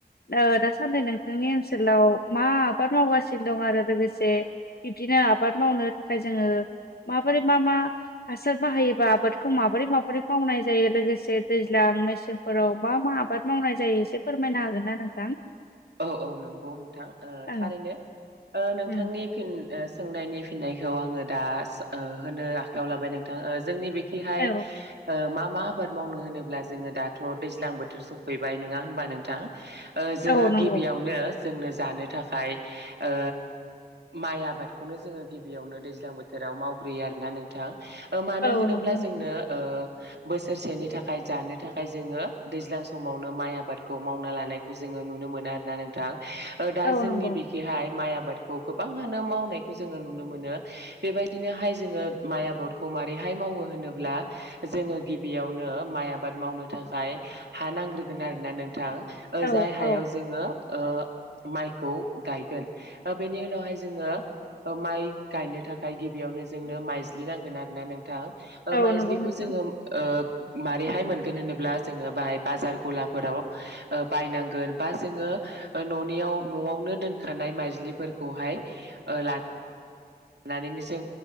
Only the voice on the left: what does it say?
ओ दासानदि नोंथांनि ओनसोल लाव मा आबाद मावगासिनो दं आरो लोगोसे बिब्दिनो आबाद मावनो थाखाय जोङो माबोरै मा मा हासार बाहायोबा आबादखौ माबोरै माबोरै मावनाय जायो लोगोसे दैज्लां मेसेंफोराव मा मा आबाद मावनाय जायो एसे फोरमायनो हागोन ना नोंथां?
औ
उम
औ
औ नंगौ
औ
नंगौ नोंथां
औ
नंगौ
औ
औ
औ
नंगौ नोंथां